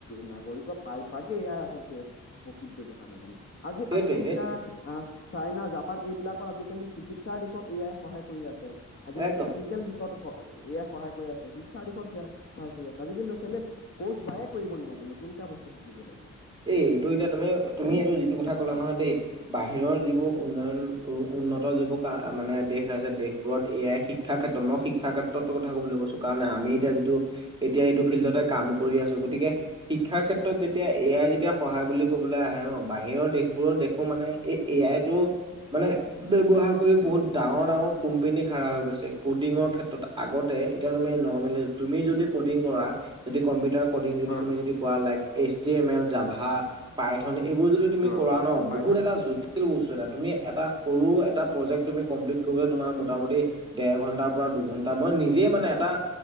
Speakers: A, on the left; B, on the right.
A: নাগৰিকৰ প্ৰায়ভাগে ইয়াৰ আচলতে। প্ৰকৃত ব্যৱহাৰ নাজানে আজি
B: সেইটোৱে
A: আমেৰিকা।
B: সেইটোৱে
A: আহ চাইনা জাপান এইবিলাকত আজিকালি চিকিৎসাৰ দিশত এয়াই সহায় কৰি আছে। আজিকালি
B: একদম
A: টেকনিকেল দিশত এআই সহায় কৰি আছে শিক্ষাৰ দিশত সেয়া সহায় কৰি আছে আজিকালি ল'ৰা ছোৱালীয়ে। কৰ্চ বায়ে কৰিব নালাগে নতুন এটা বস্তু শিকিবলে।
B: এই এইটো এতিয়া তুমি তুমি এইটো যিটো কথা কলা
A: হয়
B: নহয় দেই। বাহিৰৰ যিবোৰ উন্নয়ন উন্নত যিবোৰ ক মানে দেশ আছে দেশবোৰত এ আই শিক। শিক্ষাৰ ক্ষেত্ৰত মই শিক্ষাৰ ক্ষেত্ৰত কথা ক'বলৈ কৈছো কাৰণ আমি এতিয়া যিটো। এতিয়া এইটো ফিল্ডতে কাম কৰি আছো গতিকে শিক্ষাৰ ক্ষেত্ৰত যেতিয়া। এ আই যেতিয়া সহায় বুলি কবলৈ আহে ন বাহিৰৰ দেশবোৰত দেখো মানে এই এ আইতো। মানে ব্যৱহাৰ কৰি বহুত ডাঙৰ ডাঙৰ কোম্পানী খাৰা হৈ গৈছে কডিঙৰ ক্ষেত্ৰত। আগতে এতিয়া তুমি নৰ্মেলি তুমি যদি কডিং কৰা যদি কম্পিউটাৰ। কডিং যদি
A: হয়
B: তুমি যদি কৰা লাইক এইচটিএমএল, জাভা, পায়থন এইবোৰ যদি। তুমি
A: হয়
B: কৰা ন
A: পাইথন
B: বহুত এটা জুতি। সৰু বস্তু এটা তুমি এটা সৰু এটা প্ৰজেক্ট কম্পিলিত কৰিবলে তোমাৰ মোটা মুটি। ডেৰ ঘণ্টাৰ পৰা দুঘণ্টা মই নিজে মানে এটা।